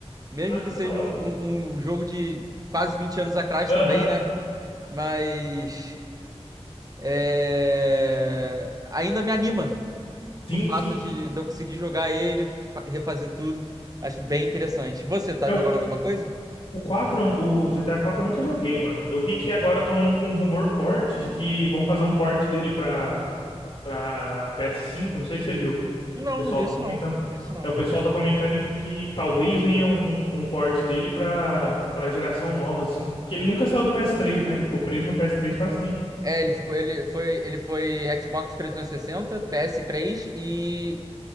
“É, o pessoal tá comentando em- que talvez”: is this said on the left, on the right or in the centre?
Left